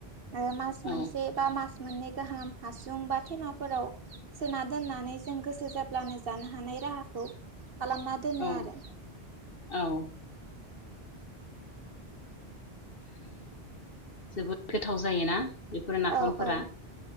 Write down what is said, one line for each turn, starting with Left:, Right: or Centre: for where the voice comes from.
Right: ओ मास मोनसे
Left: ओं
Right: बा मास मोननै गाहाम हासुं बा थेमाफोराव सोना दोननानै जों गोसो जाब्लानो जानो हानाय राहाखौ खालामना दोनो
Left: औ
Right: आरो
Left: औ। जोबोद गोथाव जायोना? बेफोरो नाफामफोरा
Right: औ औ